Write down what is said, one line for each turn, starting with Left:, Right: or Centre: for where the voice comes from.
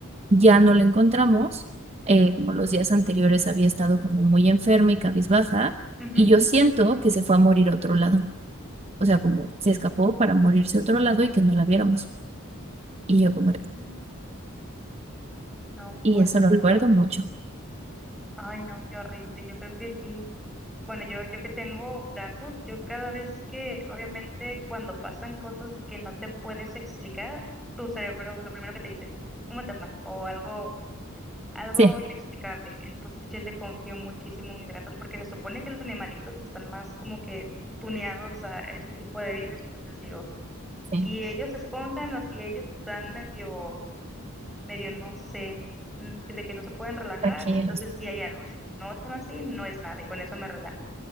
Right: ya no la encontramos, eh, como los días anteriores había estado como muy enferma y cabizbaja,
Centre: ujú.
Right: y yo siento que se fue a morir a otro lado. O sea, como se escapó para morirse a otro lado y que no la viéramos. Y yo como,
Centre: Mm, No,
Right: y
Centre: pues,
Right: eso lo
Centre: guau.
Right: recuerdo mucho.
Centre: Ay, no, qué horrible. Yo creo que sí. Bueno, yo, yo que tengo gatos, yo cada vez que, obviamente, cuando pasan cosas que no te puedes explicar, tu cerebro, lo primero que te dice es un fantasma o algo, algo
Right: Sí,
Centre: inexplicable. Entonces yo le confío muchísimo a mis gatos porque se supone que los animalitos están más como que tuneados a ese tipo de vibras. Entonces digo,
Right: sí,
Centre: si ellos se esponjan o si ellos están medio medio no sé, mm, de que no se pueden relajar,
Right: tranquilos,
Centre: entonces sí hay algo, si no están así, no es nada y con eso me relajo.